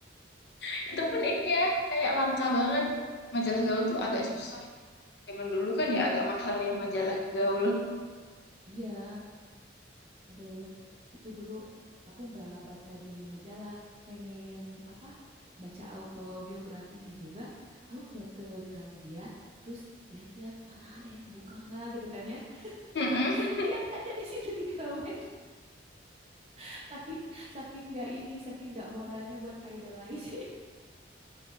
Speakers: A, on the left (about 60°); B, on the right (about 30°).
A: <laughs> itu
B: heeh.
A: pun ini ya kayak langka banget. Majalah gaul
B: iya
A: tuh agak
B: bener.
A: susah. Zaman dulu kan
B: mm
A: ya agak mahal ya majalah gaul.
B: Iya. Aduh, itu dulu aku nggak baca di majalah, pengen apa? Baca autobiografinya juga. Aku ke ke Gramedia, terus lihat-lihat mana ada yang buka nggak gitu kan ya.
A: Mm-mm.
B: <laughs> Lihat aja di situ di Gramet. <laughs> Saking saking nggak ini, saking nggak modalnya buat idolize.